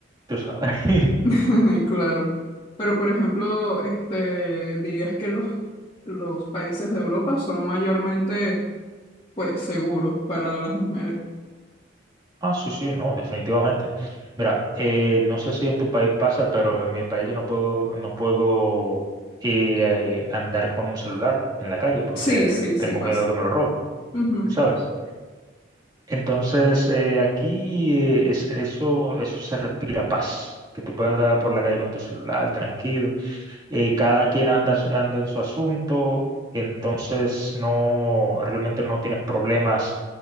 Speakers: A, on the right; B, on the left.
A: tú sabes. <laughs>
B: <laughs> Claro. Pero por ejemplo, este, dirías que los, los países de Europa son mayormente pues seguros para las mujeres.
A: Ah, sí, sí, no, definitivamente. Mira, eh, no sé si en tu país pasa, pero en mi país yo no puedo, no puedo eh, andar con un celular en la calle porque
B: Sí, sí, sí
A: tengo
B: pasa.
A: miedo de que me lo roben,
B: Ujú.
A: ¿sabes? Entonces, eh, aquí eh, es- eso, eso se respira paz, que tú puedas andar por la calle con tu celular tranquilo. eh, cada quien anda, su- anda en su asunto, entonces no, realmente no tienes problemas